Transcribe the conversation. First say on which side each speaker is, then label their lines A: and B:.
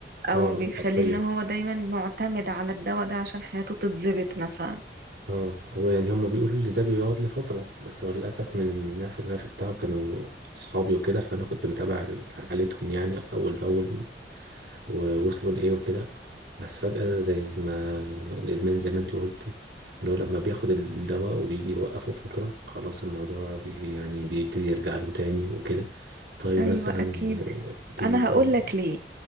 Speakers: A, on the right; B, on the right.
A: او
B: اه
A: بيخليه
B: حرفيا
A: ان هو دايما معتمد على الدواء ده عشان حياته تتظبط مثلا
B: اه هو يعني هم بيقولوا ان ده بيقعد لفترة بس هو للأسف من الناس اللي أنا شفتها وكانوا أصحابي وكده فأنا كنت متابع حالتهم يعني أول بأول ووصلوا لإيه وكده بس فجأة زي ما الإدمان زي ما أنت قلتي إن هو لما بياخد الدواء وبيجي يوقفه فترة خلاص الموضوع بي يعني بيبتدي يرجع له تاني وكده طيب
A: ايوه
B: مثلا
A: اكيد
B: بتيجي
A: انا
B: تقول
A: هقول لك ليه